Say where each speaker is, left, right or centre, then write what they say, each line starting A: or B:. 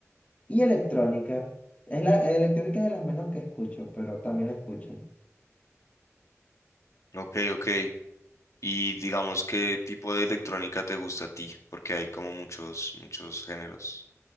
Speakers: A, on the left; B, on the left.
A: y electrónica. Es la, electrónica es de las menos que escucho, pero también la escucho.
B: Ok, ok. Y digamos, ¿qué tipo de electrónica te gusta a ti? Porque hay como muchos, muchos géneros.